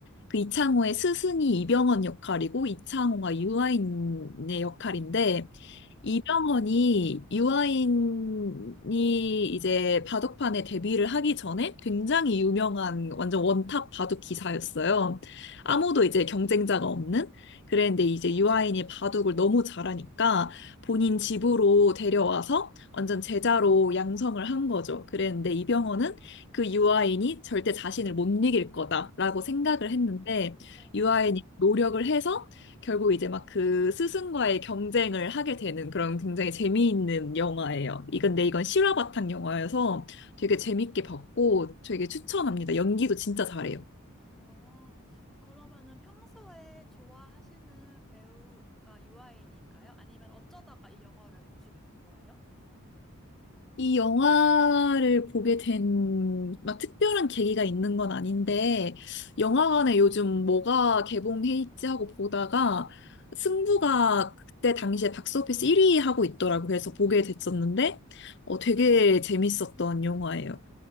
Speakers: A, on the left; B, in the centre.
A: 그 이창호의 스승이 이병헌 역할이고 이창호가 유아인의 역할인데
B: 어.
A: 이 병원이 유아인이 이제 바둑판에 데뷔를 하기 전에 굉장히 유명한 완전 원탑 바둑 기사였어요. 아무도 이제 경쟁자가 없는. 그랬는데 이제 유아인이 바둑을 너무 잘하니까 본인 집으로 데려와서 완전 제자로 양성을 한 거죠. 그랬는데 이병헌은 그 유아인이 절대 자신을 못 이길 거다라고 생각을 했는데
B: 네.
A: 유아인이 노력을 해서 결국 이제 막 그 스승과의 경쟁을 하게 되는 그런 굉장히 재미있는 영화예요. 이건 데 이건 실화 바탕 영화여서 되게 재밌게 봤고 되게 추천합니다. 연기도 진짜 잘해요.
B: 아, 어, 그러면은 평소에 좋아하시는 배우가 유아인인가요? 아니면 어쩌다가 이 영화를 보시게 된 거예요?
A: 이 영화를 보게 된, 막 특별한 계기가 있는 건 아닌데, 영화관에 요즘 뭐가 개봉해 있지 하고 보다가, 승부가 그때 당시에 박스오피스 1위 하고 있더라고. 그래서 보게 됐었는데, 어, 되게 재밌었던 영화예요.